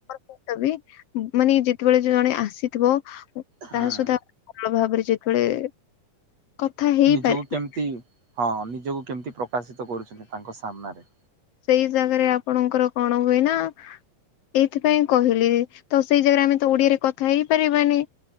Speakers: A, on the left; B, on the right.
A: <unintelligible> ବି ମାନେ ଯେତେବେଳେ ଜଣେ ଆସିଥିବ ତା
B: ହଁ
A: ସହିତ ଆ ଭଲ ଭାବରେ ଯେତେବେଳେ କଥା ହେଇପାରିବେ
B: ନିଜକୁ କେମିତି ହଁ ନିଜକୁ କେମିତି ପ୍ରକାଶିତ କରୁଚନ୍ତି ତାଙ୍କ ସାମ୍ନାରେ।
A: ସେଇ ଜାଗାରେ ଆପଣଙ୍କର କଣ ହୁଏ ନା ଏଇଥିପାଇଁ କହିଲି ତ ସେଇ ଜାଗାରେ ଆମେ ତ ଓଡିଆରେ କଥା ହେଇପାରିବାନି।